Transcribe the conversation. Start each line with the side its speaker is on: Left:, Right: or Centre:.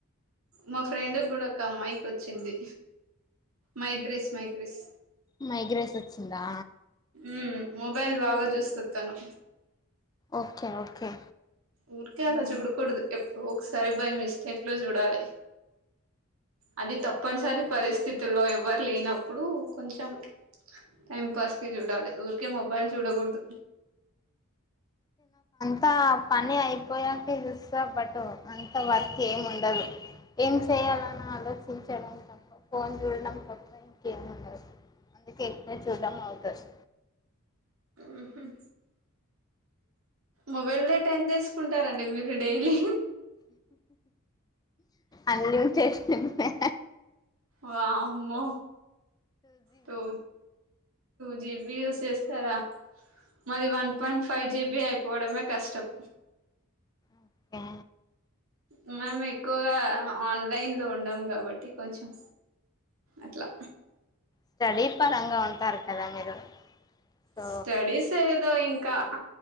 Right: మా ఫ్రెండ్ కూడా ఒక అమ్మాయికి వచ్చింది మైగ్రెస్ మైగ్రెస్
Left: మైగ్రేస్ వచ్చిందా
Right: మ్మ్ మొబైల్ బాగా చూస్తాది తాను
Left: ఓకే ఓకే
Right: ఊరికే అలా చూడకూడదు ఎప్పుడు ఒకసారి బై మిస్టేక్ లో చూడాలి అది తప్పనిసరి పరిస్థితుల్లో ఎవరు లేనప్పుడు కొంచెం టైం పాస్ కి చూడాలి ఊరికే మొబైల్ చూడకూడదు
Left: అంత పని అయిపోయాక చూస్తే బెటర్ అంత వర్క్ ఏమి ఉండదు ఏమన్నా ఆలోచించడం తప్ప ఫోన్ చూడడం తప్ప ఇంకేమి ఉండదు అందుకే ఎక్కువ చూడడం అవుతాది
Right: మ్మ్ మొబైల్ డేటా ఎంత ఏసుకుంటారండి మీరు డైలీ
Left: అన్లిమిటెడ్ దానికి
Right: వామ్మో టూ జీబీ యూజ్ చేస్తార మాది వన్ పాయింట్ ఫైవ్ జీబీ అయి పోవడమే కష్టం
Left: అట్లా
Right: మీ మమ్మి ఎక్కువగా అన్ లైన్ లో ఉన్నాం కాబట్టి కొంచెం అట్లా
Left: స్టడీ పరంగా ఉంటారు కదా మీరు సో
Right: స్టడీస్ ఏదో ఇంకా